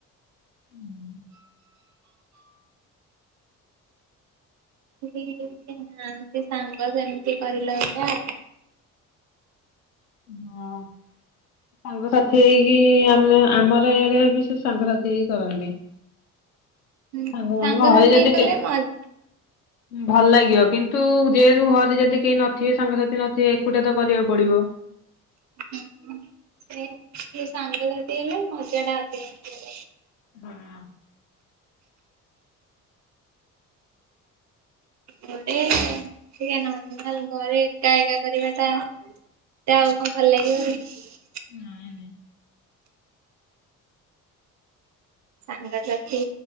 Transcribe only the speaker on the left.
ହୁଁ।
<unintelligible> ସାଙ୍ଗସାଥି ହେଇକି ଆମେ ଆମର ଏଇଡେ ବି ସେଇ ସାଙ୍ଗସାଥି ହେଇ କରନ୍ତି।
ସାଙ୍ଗମାନଙ୍କ
ଘରେ ଯଦି
କେ
ଭଲ ଲାଗିବ କିନ୍ତୁ ଯେହେତୁ ଘରେ ଯଦି କେହି ନଥିବେ ସାଙ୍ଗସାଥି ନଥିବେ ଏକୁଟଆ ତ କରିଆକୁ ପଡିବ।
ହଁ।
ନାଇଁ-ନାଇଁ।